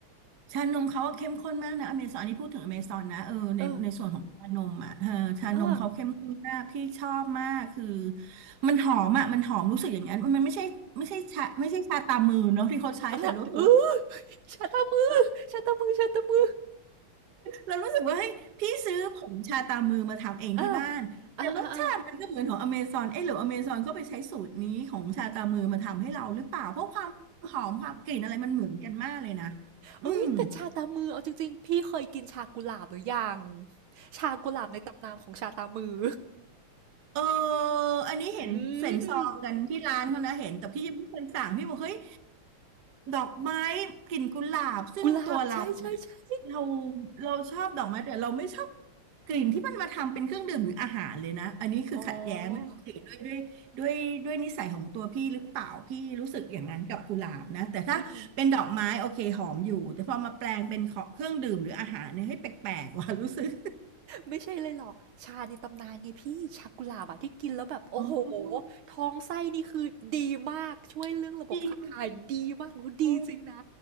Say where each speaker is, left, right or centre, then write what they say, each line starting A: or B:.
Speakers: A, on the right; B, on the right.
A: ชานมเขาก็เข้มข้นมากนะอเมซอนอันนี้พูดถึงอเมซอนนะเออในในส่วนของชานมอ่ะเออชานมเขาเข้มข้นมากพี่ชอบมากคือ
B: เอออ่า
A: มันหอมอ่ะมันหอมรู้สึกอย่างนั้นมันไม่ใช่ไม่ใช่ชาไม่ใช่ชาตามือเนาะที่เขาใช้แต่รู้สึกว่า
B: อ่าเออ <laughs> ชาตามือชาตามือชาตามือ
A: เรารู้สึกว่าเฮ้ยพี่ซื้อผงชาตามือมาทำเองที่บ้านแต่รสชาติมันก็เหมือนของอเมซอนเอ๊ะหรืออเมซอนก็ไปใช้สูตรนี้ของชาตามือมาทำให้เราหรือเปล่าเพราะความหอมความกลิ่นอะไรมันเหมือนกันมากเลยนะ
B: อ่าอ่าอ่าอ่า
A: อืม
B: เอ้ยแต่ชาตามือเอาจริงๆพี่เคยกินชากุหลาบหรือยังชากุหลาบในตำนานของชาตามือ
A: เออ
B: <laughs>
A: อันนี้เห็นเส็นซองกันที่ร้านเขานะเห็นแต่พี่ยังไม่เคยสั่งพี่บอกเฮ้ย
B: อืม
A: ดอกไม้กลิ่นกุหลาบซึ่งตัวเราเนี่ยเรา
B: กุหลาบใช่ใช่ใช่
A: เราชอบดอกไม้แต่เราไม่ชอบกลิ่นที่มันมาทำเป็นเครื่องดื่มหรืออาหารเลยนะอันนี้คือขัดแย้งไม่รู้สิด้วยด้วยด้วยด้วยนิสัยของตัวพี่หรือเปล่าพี่รู้สึกอย่างนั้นกับกุหลาบนะแต่ถ้าเป็นดอกไม้โอเคหอมอยู่แต่พอมาแปลงเป็นของเครื่องดื่มหรืออาหารเนี่ยให้ยแปลกๆว่ะรู้สึก
B: อ๋ออืม ไม่ใช่เลยหรอกชาในตำนานไงพี่ชากุหลาบอะที่กินแล้วแบบโอ้โห
A: อ๋อ
B: ท้องไส้นี่คือดีมากช่วยเรื่องระบบขับถ่ายดีมากคุณดีจริงนะ
A: จริงเหรอ